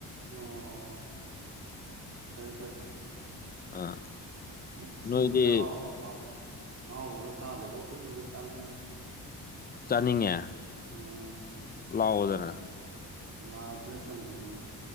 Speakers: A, on the right; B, on the left.
A: ꯑꯣ ꯐꯩꯦ ꯐꯩ
B: ꯑꯥ
A: ꯑꯁ
B: ꯅꯣꯏꯗꯤ
A: ꯑꯩꯈꯣꯏꯗꯤ ꯑꯍꯥꯎꯕ ꯄꯥꯎ ꯑꯍꯥꯎꯕꯒ ꯆꯥꯗꯕ ꯀꯨꯏꯔꯦ ꯆꯥꯅꯤꯡꯉꯤ
B: ꯆꯥꯅꯤꯡꯉꯦ
A: ꯑꯣ
B: ꯂꯥꯛꯑꯣꯗꯅ
A: ꯂꯥꯛꯁꯤꯔꯥ ꯈꯪꯗꯦꯅꯦ ꯑꯩꯁꯨ